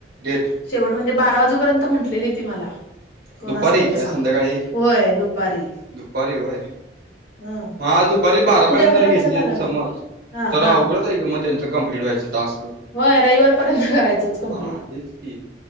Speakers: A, on the right (about 55°); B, on the left (about 80°).
A: गे
B: शेवट म्हणजे बारा वाजूपर्यंत म्हटलेली ती मला. कोण
A: दुपारी
B: असलं तर
A: काय
B: सांग
A: संध्याकाळी.
B: होय दुपारी
A: दुपारी वय-
B: हा
A: मग आज दुपारी बारापर्यंत
B: तुझं एवढं
A: तरी
B: लक्षात
A: घेतली
B: आलं नाही
A: समज.
B: हा
A: तर
B: हा
A: अवघडच आहे की मग त्यांचं कमप्लीट व्हायचं टास्क.
B: होय रविवार पर्यंत करायचंच
A: हा
B: कम्प्लीट,
A: तेच की